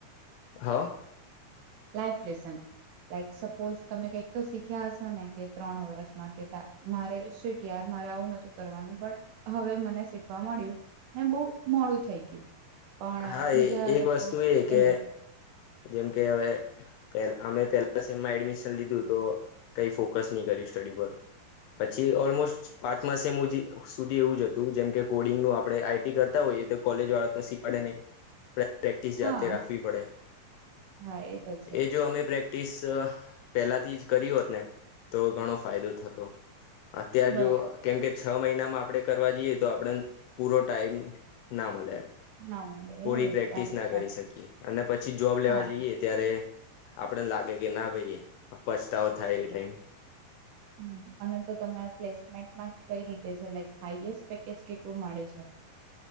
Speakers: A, on the left; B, on the right.
A: હ
B: લાઈફ લેસન લાઈક સપોઝ તમે કઈક તો શીખ્યા હશો ને કે ત્રણ વર્ષમાં કેતા મારે શીટયાર મારે આવું નથી કરવાનું પણ હવે મને શીખવા મળ્યું ને બોવ મોડું થઈ ગયું. પણ
A: હા
B: બીજા
A: એ એક
B: લોકો
A: વસ્તુ એ કે
B: એવી રીતે
A: જેમકે હવે પે અમે પેલા સેમ એડમિશન લીધું તો કઈ ફોકસ ની કર્યું સ્ટડી પર પછી ઓલમોસ્ટ પાંચમા સેમ ઉજી સુધી એવું જ હતું જેમ કે કોડિંગનું આપણે આઈટી કરતા હોઈએ તો કોલેજ વાળા તો શી ખવાડે નહી પ્રેક્ટિસ
B: હા
A: જાતે રાખવી પડે
B: હા એ તો છે
A: એ જો અમે પ્રે ટિસ પેહેલાથી જ કરી હોત ને તો ઘણો ફાયદો થતો અત્યાર
B: બરાબર
A: જો કેમ કે છ મહિના માં આપણે કરવા જઈએ તો આપણે પૂરો ટાઈમ ના મલે એમ
B: ના મળે
A: થોડી
B: એ
A: પ્રેક્ટિસ
B: વાત તો
A: ના
B: સાચી
A: કરી શકીએ
B: છે
A: અને પછી જોબ લેવા
B: હા
A: જઈએ ત્યારે આપડને લાગે કે ના ભાઈ પછતાવો થાય એ ટાઈમ
B: હ અને તો તમારે પ્લેસ મેટમાં કઈ રીતે સીલેકટ હાઈએસ્ટ પેકેજ કેટલું મળે છે.